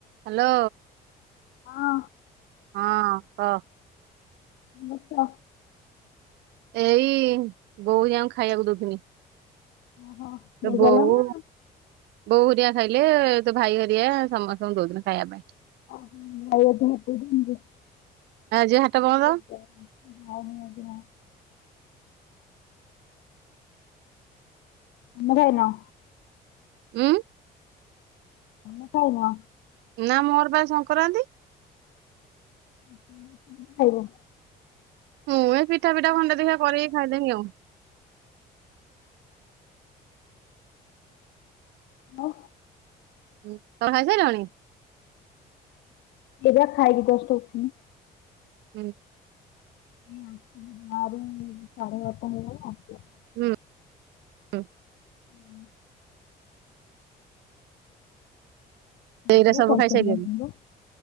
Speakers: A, on the right; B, on the left.
A: Hello.
B: ହଁ।
A: ହଁ କହ।
B: କଣ କରୁଛ?
A: ଏଇ ବୋଉ ହେରିକାଙ୍କୁ ଖାଇବାକୁ ଦଉଥିନି।
B: ଓହୋ
A: ତ
B: ଦେଇଗଲ
A: ବୋଉ
B: ନା
A: ବୋଉ ହେରିକା ଖାଇଲେ ତୋ ଭାଇ ହରିଆ ସମସ୍ତଙ୍କୁ ଦଉଥିଲି ଖାଇବା ପାଇଁ।
B: ଓ ହୋ <unintelligible>
A: ଆଜି ହାଟ ବନ୍ଦ
B: <unintelligible> ତମେ ଖାଇନ?
A: ଉଁ।
B: ତମେ ଖାଇନ?
A: ନା ମୋର ପା ଆଜି ସଂକ୍ରାନ୍ତି।
B: <unintelligible>
A: ମୁଆଁ ପିଠା ପିଠା ଖଣ୍ଡେ ଦେଖିଆ କରି ଖାଇଦେମି ଆଉ।
B: ମୋ।
A: ହୁଁ ତମେ ଖାଇସାରିଲଣି?
B: ଏବେ ଖାଇକି ଜଷ୍ଟ ଉଠିନି
A: ହୁଁ।
B: ଁ <unintelligible> ଆ ଆ ସାର ବାରେଟା <inaudible>
A: ହୁଁ।
B: ହୁଁ।
A: ଦେଇ ହରିକା
B: ହୁଁ ମୁଁ
A: ସବୁ
B: ତମ
A: ଖାଇସାଇଲେଣି
B: ପାଇଁ